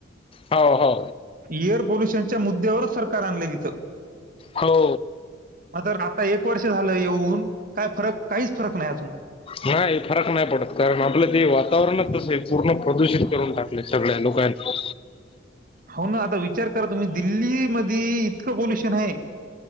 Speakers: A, on the left; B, on the right.
A: हो हो
B: एअर पोल्युशनच्या मुद्द्यावरच सरकार आणलं तिथं
A: हो.
B: आता आता वर्ष झालं येऊन काय फरक काहीच फरक नाही अजून
A: नाही फरक नाही पडत कारण आपलं ते वातावरणच तसय पूर्ण प्रदूषित करून टाकले सगळ्या लोकां हो
B: हो ना आता विचार करा तुम्ही दिल्ली मधी इतकं पोल्युशन आहे